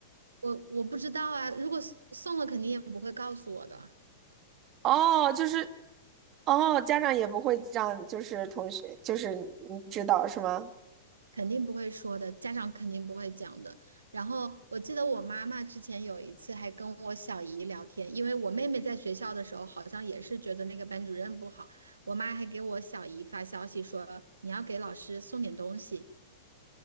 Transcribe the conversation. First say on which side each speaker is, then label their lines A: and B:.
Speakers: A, on the right; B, on the right.
A: 我我不知道啊，如果送送了，肯定也不会告诉我的。
B: <laughs> 哦，就是哦，家长也不会让就是同学就是你知道是吗？
A: 肯定不会说的，家长肯定不会讲的。然后我记得我妈妈之前有一次还跟我小姨聊天，因为我妹妹在学校的时候好像也是觉得那个班主任不好，我妈还给我小姨发消息说你要给老师送点东西。